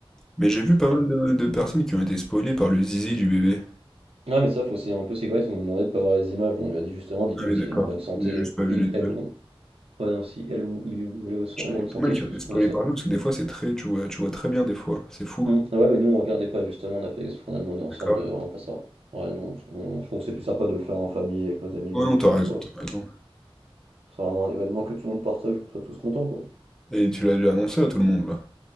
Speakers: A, in the centre; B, on the right.
A: Mais j'ai vu pas mal de, de personnes qui ont été spoilées par le zizi du bébé.
B: Ouais, mais ça, faut aussi un peu sécuriser. Ils nous demandait de pas voir les images. On lui a dit justement, dites-nous
A: Ah oui,
B: s'il
A: d'accord,
B: est en bonne santé,
A: J'ai juste pas vu
B: il,
A: les images.
B: elle ou ouais, non, si elle ou il ou elle est
A: J'en
B: en
A: ai
B: bonne
A: vu pas
B: santé,
A: mal
B: c'est
A: qui ont
B: tout
A: été
B: ce
A: spoilées
B: que ça.
A: par ça, parce que des fois c'est très, tu vois, tu vois très bien des fois, c'est fou.
B: Hum, ah Ouais, mais nous, on regardait pas justement. On a fait, on a demandé en
A: D'accord.
B: sorte de vraiment pas ça. Ouais, nous, on, on- je trouve que c'est plus sympa de le faire en famille avec nos amis,
A: Ouais,
B: donc
A: non, t'as
B: qu'on
A: raison,
B: soit.
A: t'as raison.
B: C'est vraiment un événement que tout le monde partage, qu'on soit tous contents, quoi.
A: Et tu l'as déjà annoncé à tout le monde, là,